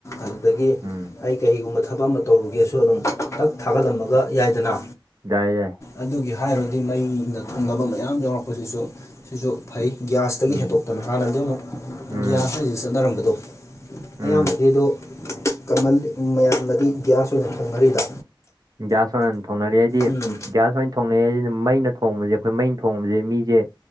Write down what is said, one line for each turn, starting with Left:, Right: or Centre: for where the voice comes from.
Left: ꯑꯗꯨꯗꯒꯤ
Right: ꯎꯝ
Left: ꯑꯩ ꯀꯩꯒꯨꯝꯕ ꯊꯕꯛ ꯑꯃ ꯇꯧꯔꯒꯦꯁꯨ ꯑꯗꯨꯝ ꯅꯛ ꯊꯥꯒꯠꯂꯝꯃꯒ ꯌꯥꯏꯗꯅ
Right: ꯌꯥꯏ ꯌꯥꯦ
Left: ꯑꯗꯨꯒꯤ ꯍꯥꯏꯔꯨꯔꯗꯤ ꯃꯩꯅ ꯊꯨꯡꯅꯕ ꯃꯌꯥꯝ ꯌꯥꯎꯔꯛꯄꯁꯤꯁꯨ ꯁꯤꯁꯨ ꯐꯩ ꯒ꯭ꯌꯥꯁꯇꯒꯤ
Right: ꯎꯝ
Left: ꯍꯦꯟꯗꯣꯛꯇꯅ ꯍꯥꯟꯅꯗꯤ ꯑꯃꯨꯛ
Right: ꯎꯝ
Left: ꯒꯤꯒ꯭ꯌꯥꯁ ꯍꯥꯏꯁꯤ ꯆꯠꯅꯔꯝꯕꯗꯣ ꯑꯌꯥꯝꯕꯒꯤꯗꯣ
Right: ꯎꯝ
Left: ꯀꯃꯜ ꯃꯌꯥꯝꯅꯗꯤ ꯒ꯭ꯌꯥꯁ ꯑꯣꯏꯅ ꯊꯣꯡꯅꯔꯤꯕ
Right: ꯭ꯌꯥꯁ ꯑꯣꯏꯅ ꯊꯣꯡꯅꯔꯤ ꯍꯥꯏꯗꯤ
Left: ꯎꯝ
Right: ꯭ꯌꯥꯁ ꯑꯣꯏꯅ ꯊꯣꯡꯅꯩ ꯍꯥꯏꯁꯤꯅ ꯃꯩꯅ ꯊꯣꯡꯕꯁꯦ ꯑꯩꯈꯣꯏ ꯃꯩꯅ ꯊꯣꯡꯕꯁꯦ ꯃꯤꯁꯦ